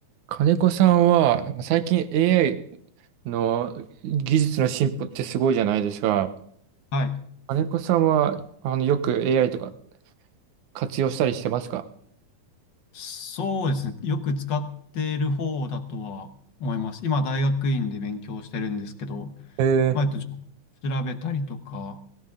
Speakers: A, on the right (about 75°); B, on the left (about 55°).
A: 金子さんは、最近 AI の技術の進歩ってすごいじゃないですか。
B: はい。
A: 金子さんは、あの、よく AI とか活用したりしてますか
B: そうですね。よく使っている方だとは思います。今、大学院で勉強してるんですけど、
A: え
B: まあ、えっと、調べたりとか